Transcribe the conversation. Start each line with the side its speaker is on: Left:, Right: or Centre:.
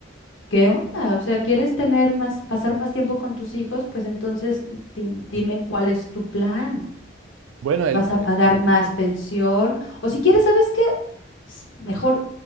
Left: ¿qué onda? O sea, ¿quieres tener más, pasar más tiempo con tus hijos? Pues entonces di- dime cuál es tu plan
Right: Bueno, el,
Left: vas a
Right: eh,
Left: pagar más pensión. O si quieres, ¿sabes qué? S- Mejor